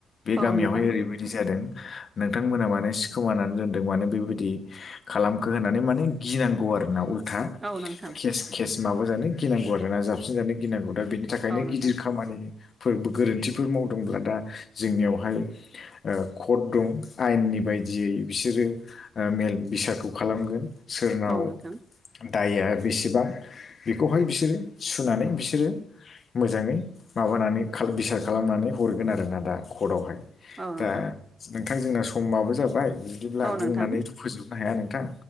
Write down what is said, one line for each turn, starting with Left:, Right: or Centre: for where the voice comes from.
Left: बे गामियावहाय
Right: औ नोंथां
Left: ओरैबायदि जादों नोंथांमोना मानो सिखोमाना दोनदों मानो बेबायदि खालामखो होननानै माने गिनांगौ आरोना उल्था
Right: औ नोंथां
Left: केस केस माबाजानो गिनांगौ आरोना जाबसिन जानो गिनांगौ दा बेनि थाखायनो
Right: औ नोंथां
Left: गिदिर खामानि फोर गोरोन्थिफोर मावदोंब्ला दा जोंनियावहाय ओ कर्ट दं आयेननि बायदियै बिसोरो मेल बिसखौ खालामगोन। सोरनाव
Right: औ नोंथां
Left: दाया बेसेबां बेखौहाय बिसोरो सुनानै बिसोरो मोजाङै माबानानै खाल बिसार खालामनानै हरगोन आरोना दा कर्टआवहाय
Right: औ नोंथां
Left: दा नोंथां जोंना समाबो जाबाय बिदिब्ला
Right: औ
Left: बुंनानैथ'
Right: नोंथां
Left: फोजोबनो हाया नोंथां